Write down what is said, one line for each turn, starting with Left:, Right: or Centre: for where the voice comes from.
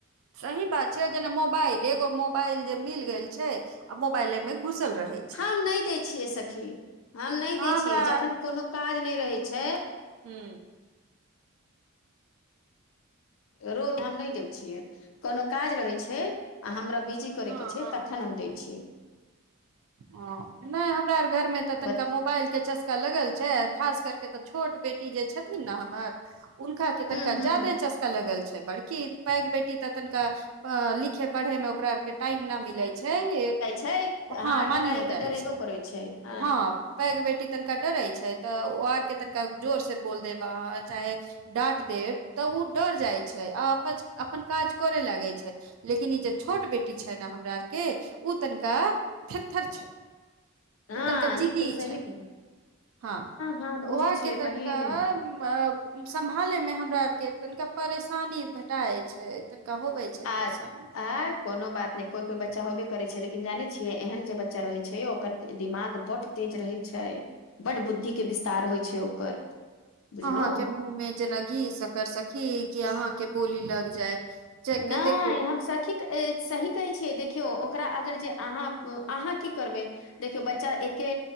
Right: सही बात छैय, जेना मोबाइल एगो मोबाइल जे मिल गेल छैय आ मोबाइल ए में घुसल रहे।
Left: हम नए दैय छियै सखी, हम नइ
Right: हमरा
Left: दैय छियै, जखन कोनु काज नइ रहै छैय
Right: हू।
Left: रोज हम नय दैय छियै, कोनो काज रहै छैय आ हमरा बिजी करै
Right: हँ
Left: के छैय
Right: हँ
Left: तखन हम दैय छीय।
Right: हँ, नइ हमरा अर घर मे तऽ तनका
Left: बट
Right: मोबाइल के चस लगल छैय खास करके तऽ छोट बेटी जे छेथिन ना हमर उनका के तनका
Left: हूँ
Right: ज्यादे
Left: हूँ
Right: चस्का लगल छैइ, बड़की पैघ बेटी तऽ तनका अ लिखे पढ़ैमे ओकरा के टाइम नइ मिलै छैय ए
Left: हैइ अहाँ
Right: हँ मानियो
Left: डरा
Right: जाइ
Left: डराबो
Right: छै
Left: करै छैय हाँ।
Right: हँ पैघ बेटी तनका डरै छैय तऽ और के तनका जोर से बोल देब अहाँ चाहे डाँट देब तऽ ओ डर जाइ छैय आ अपन अपन काज करे लगे छैय। लेकिन ई जे छोट बेटी छैय ना हमरा आर के उ तनका थेथर छैय,
Left: हँ
Right: ओ तनिका जिद्दी
Left: ई तऽ सही
Right: छैय। हँ,
Left: हँ
Right: तऽ
Left: बुझै
Right: ऊहके
Left: छियै
Right: तनका
Left: बहिन
Right: अ समभाले में हमरा और के, तनिका परेशानी भेटा छैय, तनिका होवे छै।
Left: आ
Right: परेशानी
Left: -आ। कोनो बात नई, कोइ -कोइ बच्चा होबे करै छै, लेकिन जानै छियै, एहन जे बच्चा रहै छै, ओकर दिमाग बड तेज रहै छै, बड बुद्धि के विस्तार होइ छै ओकर। बुझलहु
Right: अहाँके मुँह मे जेना घी सकर सखी! कि अहाँके बोली लग जाय। के
Left: नइ
Right: देखू
Left: हम सखीके सही कहै छियै, देखियौ, ओकरा अगर जे अहाँ अहाँ की करबै? देखियौ, बच्चा एके